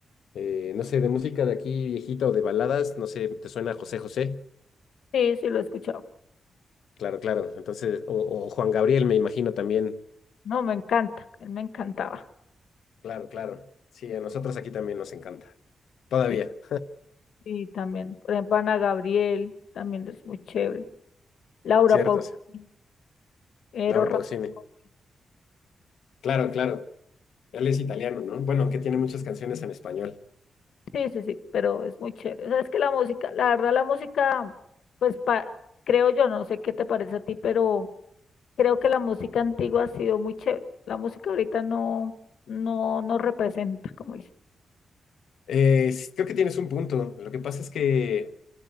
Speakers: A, on the left (about 90°); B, on the left (about 75°).
A: Eh, no sé, de música de aquí viejita o de baladas, no sé, ¿te suena José José?
B: Sí, sí, lo he escuchado.
A: Claro, claro. Entonces, o, o Juan Gabriel, me imagino también.
B: No, me encanta, él me encantaba.
A: Claro, claro. Sí, a nosotros aquí también nos encanta. Todavía,
B: Sí, y también, por ejemplo, Ana Gabriel, también es muy chévere. Laura
A: <laughs> cierto,
B: Pausini,
A: sí.
B: Eros
A: Laura
B: Ramazzotti.
A: Pausini. Claro, claro. Él es italiano, ¿no? Bueno, aunque tiene muchas canciones en español.
B: Sí, sí, sí, pero es muy chévere. O sea, es que la música, la verdad, la música, pues pa- creo yo, no sé qué te parece a ti, pero creo que la música antigua ha sido muy chévere. La música ahorita no, no nos representa, como dice.
A: Eh, s- creo que tienes un punto. Lo que pasa es que